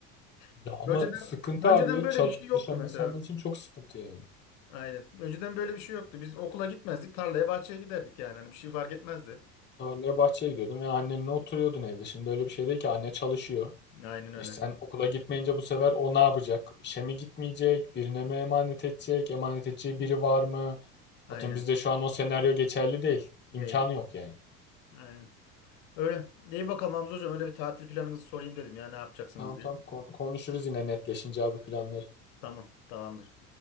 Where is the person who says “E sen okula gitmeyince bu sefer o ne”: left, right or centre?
Left